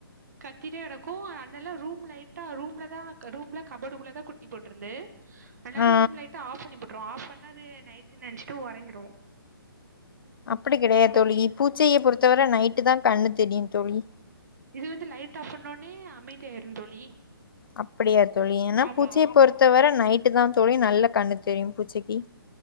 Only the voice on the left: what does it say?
ஆ
அப்டி கிடையாது தோழி
பூச்சையை பொறுத்தவரை நைட்டு தா கண்ணு தெரியு தோழி
அப்டியா தோழி எனா
பூச்சிய பொறுத்தவர நைட் இருட்டு தா தோழி நல்லா கண்ணு தெரியு பூச்சிக்கி